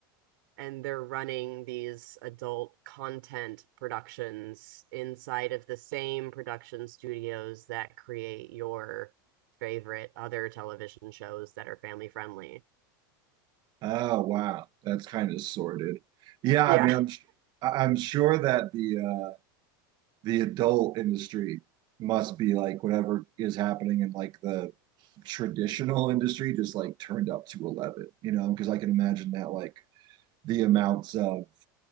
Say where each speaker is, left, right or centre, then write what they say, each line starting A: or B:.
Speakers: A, on the right; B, on the right.
A: and they're running these adult content productions inside of the same production studios that create your favorite other television shows that are family friendly.
B: Oh wow, that's kind of sorted. Yeah,
A: Yeah.
B: I mean, I'm sh- I- I'm sure that the uh the adult industry must be like whatever is happening in like the traditional industry just like turned up to 11, you know, because I can imagine that like the amounts of